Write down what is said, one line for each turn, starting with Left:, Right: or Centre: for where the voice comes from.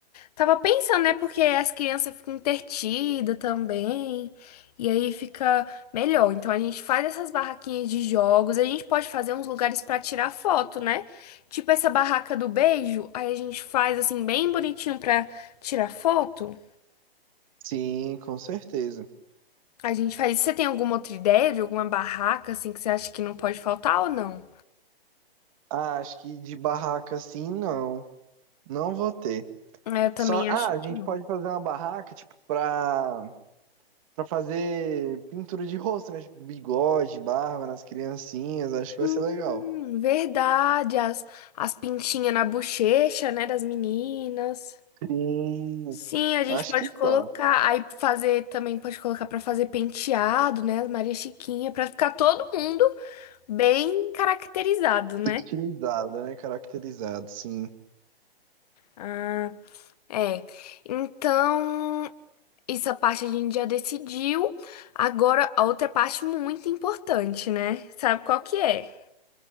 Left: Tava pensando, né? Porque as crianças ficam entretidas também. E aí fica melhor. Então a gente faz essas barraquinhas de jogos. A gente pode fazer uns lugares pra tirar foto, né? Tipo essa barraca do beijo. Aí a gente faz assim, bem bonitinho pra tirar foto.
Right: Sim, com certeza.
Left: A gente faz. isso. Você tem alguma outra ideia de alguma barraca assim que você acha que não pode faltar ou não?
Right: Ah, acho que de barraca, sim, não. Não vou ter.
Left: É, Eu também
Right: Só, ah,
Left: acho
Right: a
Left: que
Right: gente
Left: não.
Right: pode fazer uma barraca, tipo, pra, pra fazer pintura de rosto, né? Tipo, bigode, barba nas criancinhas, acho que
Left: Hum,
Right: vai ser legal.
Left: verdade. As, as pintinhas na bochecha, né? Das meninas.
Right: Sim.
Left: Sim, a gente
Right: Acho
Left: pode
Right: que
Left: colocar,
Right: só.
Left: aí fazer também pode colocar pra fazer penteado, né? as Maria Chiquinha, pra ficar todo mundo bem caracterizado, né?
Right: Estilizado, né? Caracterizado, sim.
Left: Ah, é. Então, essa parte a gente já decidiu. Agora, a outra parte muito importante, né? Sabe qual que é?